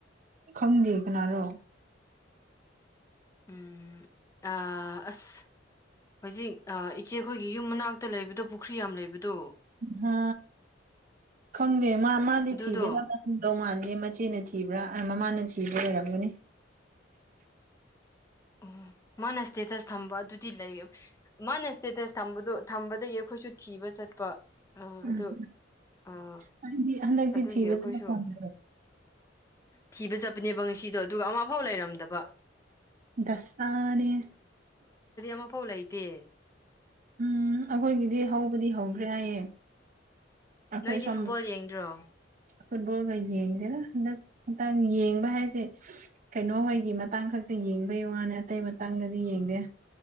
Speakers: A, on the right (about 45°); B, on the left (about 15°).
A: ꯈꯪꯗꯦ ꯀꯅꯥꯔꯣ
B: ꯎꯝ ꯑꯥ ꯑꯁ ꯍꯧꯖꯤꯛ ꯑ ꯏꯆꯦꯈꯣꯏꯒꯤ ꯌꯨꯝ ꯃꯅꯥꯛꯇ ꯂꯩꯕꯗꯣ ꯄꯨꯈ꯭ꯔꯤ ꯌꯥꯝ ꯂꯩꯕꯗꯣ
A: ꯍꯥ ꯈꯪꯗꯦ ꯃꯥ ꯃꯥꯗꯤ
B: ꯑꯗꯨꯗꯣ
A: ꯊꯤꯕ <unintelligible> ꯗꯧ ꯃꯥꯟꯗꯦ ꯃꯆꯦꯅ ꯊꯤꯕ꯭ꯔꯥ ꯑ ꯃꯃꯥꯅ ꯊꯤꯕ꯭ꯔ ꯑꯣꯏꯔꯝꯒꯅꯤ
B: ꯑꯣ ꯃꯥꯅ ꯁ꯭ꯇꯦꯇꯁ ꯊꯝꯕ ꯑꯗꯨꯗꯤ ꯂꯩ ꯃꯥꯅ ꯏꯁꯇꯦꯇꯁ ꯊꯝꯕꯗꯣ ꯊꯝꯕꯗꯒꯤ ꯑꯩꯈꯣꯏꯁꯨ ꯊꯤꯕ ꯆꯠꯄ ꯑ
A: ꯎꯝ
B: ꯑꯗꯨ ꯑ
A: ꯍꯥꯏꯗꯤ ꯍꯟꯗꯛꯇꯤ
B: ꯑꯗꯨꯒꯤ
A: ꯊꯤꯕ
B: ꯑꯩꯈꯣꯏꯁꯨ
A: ꯆꯄ ꯐꯪꯗ
B: ꯊꯤꯕ ꯆꯠꯄꯅꯦꯕ ꯉꯁꯤꯗꯣ ꯑꯗꯨꯒ ꯑꯃ ꯐꯥꯎ ꯂꯩꯔꯝꯗꯕ
A: ꯗꯁꯥꯅꯤꯍꯦ
B: ꯃ ꯐꯧ ꯂꯩ ꯇꯦ
A: ꯎꯝ ꯑꯩꯈꯣꯏꯒꯤꯗꯤ ꯍꯧꯕꯗꯤ ꯍꯧꯈ꯭ꯔꯦ ꯍꯥꯏꯌꯦ ꯑꯈꯣꯏ
B: ꯅꯣꯏꯗꯤ
A: ꯁꯣꯝ
B: ꯐꯨꯠꯕꯣꯜ ꯌꯦꯡꯗ꯭ꯔꯣ
A: ꯐꯨꯠꯕꯣꯜꯒ ꯌꯦꯡꯗꯦꯅ ꯍꯟꯗꯛ ꯃꯇꯥꯡ ꯌꯦꯡꯕ ꯍꯥꯏꯁꯦ ꯀꯩꯅꯣ ꯍꯣꯏꯒꯤ ꯃꯇꯥꯡ ꯈꯛꯇ ꯌꯦꯡꯕꯩ ꯋꯥꯅꯦ ꯑꯇꯩ ꯃꯇꯥꯡꯗꯗꯤ ꯌꯦꯡꯗꯦ